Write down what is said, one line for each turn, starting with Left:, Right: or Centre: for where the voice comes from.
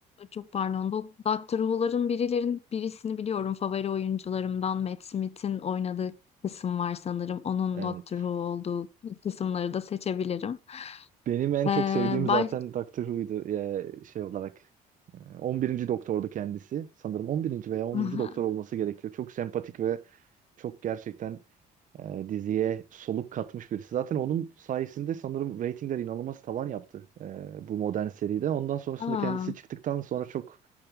Left: çok pardon dok Doctor Who'ların birilerin birisini biliyorum. Favori oyuncularımdan Matt Smith'in oynadığı kısım var sanırım. Onun
Right: Evet.
Left: Doctor Who olduğu kısımları da seçebilirim.
Right: Benim en
Left: Ee,
Right: çok sevdiğim zaten
Left: baş...
Right: Doctor Who'ydu ya şey olarak. Ee, 11. Doktor'du kendisi. Sanırım 11. veya 10.
Left: <laughs>
Right: Doktor olması gerekiyor. Çok sempatik ve çok gerçekten e, diziye soluk katmış birisi. Zaten onun sayesinde sanırım reytingler inanılmaz tavan yaptı e, bu modern seride. Ondan sonrasında
Left: Aa,
Right: kendisi çıktıktan sonra çok